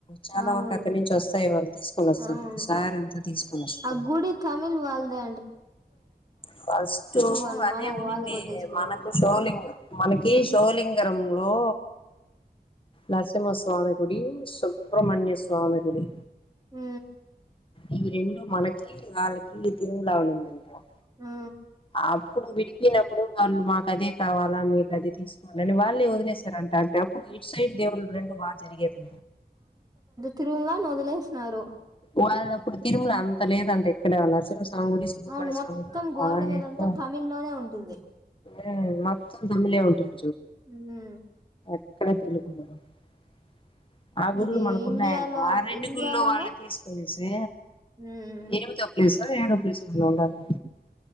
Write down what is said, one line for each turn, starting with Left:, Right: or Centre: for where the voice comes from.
Left: చాలా
Right: అవును
Left: వరకు అక్కడి నుంచి వస్తాయి వాళ్ళు తీసుకొని వస్తారు
Right: అవును
Left: సార్ ఎంత తీసుకొని వస్తారు
Right: ఆ గుడి తమిళ్ వెళ్దా
Left: ఫస్ట్
Right: వాళ్ళు
Left: అదే
Right: మనం
Left: ఉనింది
Right: వాళ్ళకి వదిలేసిపోయారు
Left: మనకు షోలింగ్ మనకి కీ సోలింగరములో నరసింహస్వామి గుడి సుబ్ర్మణ్య స్వామి గుడి
Right: ఉ
Left: ఇవి రెండు మనకి వాళ్ళకి తిరుమల ఉండింది కదా
Right: ఆ
Left: అప్పుడు విడిపోనప్పుడు వాళ్ళు మాకు అదే కావాలా మీకు అది తీసుకోవాలని వాళ్ళే వదిలేసార అంట అంటే ఇప్పు ఇటు సైడ్ దేవుళ్ళలు రెండు బాగా జరిగేవి
Right: తిరుమలాని వదిలేసినారు
Left: వాళ్ళప్పుడు తిరుమల అంత లేదంటే అక్కడ నరసింహ స్వామి గుడి సుబ్రహ్మణ్య
Right: అవును మొత్తం
Left: స్వామి గుడి బాగా
Right: గోల్డ్ మీద అంతా తమిళ్ లోనే ఉంటుంది
Left: ఏ మొత్తం తమ్మిలేే అవుతుంది
Right: హు
Left: <unintelligible> ఆ గుడులు
Right: ఇది
Left: మనకున్నాయంట
Right: ఇండియాలో
Left: ఆ రెండు
Right: ఇండియాలోన
Left: గుళ్లు వాళ్ళే తీసుకొనేసి
Right: ఉమ్
Left: ఎనిమిదో ప్లేసో ఏడో ప్లేసో ఉండాలి